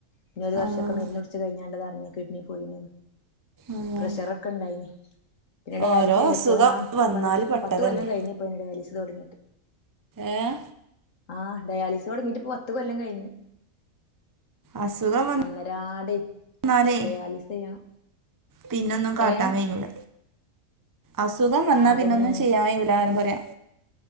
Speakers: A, on the left; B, on the right.
A: പിന്നൊര് വർഷൊക്കെ
B: ഉം
A: മര്ന്നുടിച്ച് കഴിഞ്ഞാണ്ട് തറിഞ്ഞ് കിഡ്നി പോയിന്ന്
B: ഉം
A: പ്രഷറ ക്കണ്ടയ്നി പിന്നെ ഡയാലീസെയ്നു
B: ഓരോ അസുഖം
A: ഇപ്പോ ഞാം
B: വന്നാല്
A: വന്ന്ട്ട്പ്പൊ
B: പെട്ടതന്നെ
A: പത്ത് കൊല്ലം കൈഞ്ഞ്പ്പൊ ഡയാലീസ് തൊടങ്ങീട്ട്
B: ഏഹ്
A: ആഹ് ഡയാലീസ് തൊടങ്ങിട്ട് പ്പൊ പത്ത് കൊല്ലം കഴിഞ്ഞ്.
B: അസുഖം
A: ഒന്നരാടേയ്
B: വന്നാലേ
A: ഡയാലിസ് ചെയ്യണം.
B: പിന്നൊന്നും കാട്ടാം
A: ഏഹ്
B: കയ്യൂല അസുഖം വന്നാ
A: ആഹ് അതന്നെയാണേ
B: പിന്നൊന്നും ചെയ്യാം കയ്യൂലാന്ന് പറയാ